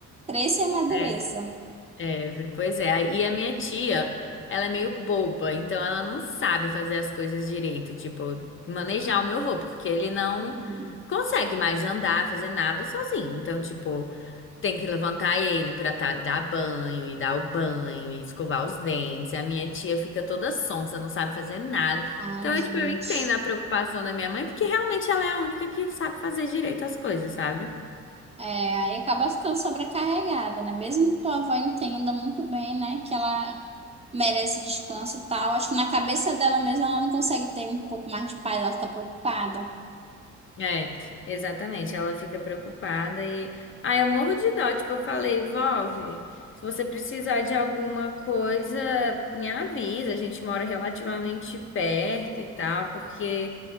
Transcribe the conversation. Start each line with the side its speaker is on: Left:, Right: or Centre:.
Right: Cresça e amadureça.
Left: É. É, pois é. E a minha tia, ela é meio boba, então ela não sabe fazer as coisas direito, tipo, manejar o meu avô, porque ele não
Right: Uhum.
Left: consegue mais andar, fazer nada sozinho. Então, tipo, tem que levantar ele pra tá- dar banho e dar o banho e escovar os dentes. E a minha tia fica toda sonsa, não sabe fazer nada.
Right: Ai,
Left: Então,
Right: gente.
Left: eu, tipo, eu entendo a preocupação da minha mãe, porque realmente ela é a única que sabe fazer direito as coisas, sabe?
Right: É, aí acaba ficando sobrecarregada, né? Mesmo que tua avó entenda muito bem, né, que ela merece descanso e tal, acho que na cabeça dela mesma ela não consegue ter um pouco mais de paz, ela fica preocupada.
Left: É, exatamente. Ela fica preocupada e. Ah, eu morro de dó. Tipo, eu falei, Vove, se você precisar de alguma coisa, me avisa. A gente mora relativamente perto e tal, porque